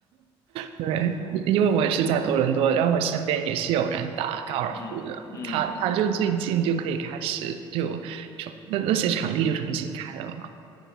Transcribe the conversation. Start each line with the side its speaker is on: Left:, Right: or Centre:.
Left: <laughs>
Right: 对，
Left: 对对对，
Right: 因因为我也是在多伦多，然后我身边也是有人打高尔夫的，
Left: 嗯嗯，
Right: 他他就最近就可以开始就重那那些场地就重新开了嘛。